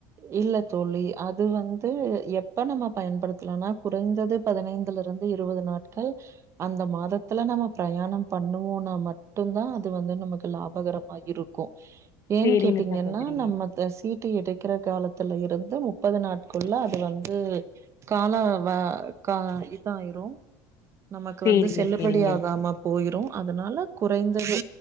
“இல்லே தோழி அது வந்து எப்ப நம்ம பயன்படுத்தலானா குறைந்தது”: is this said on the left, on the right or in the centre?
Right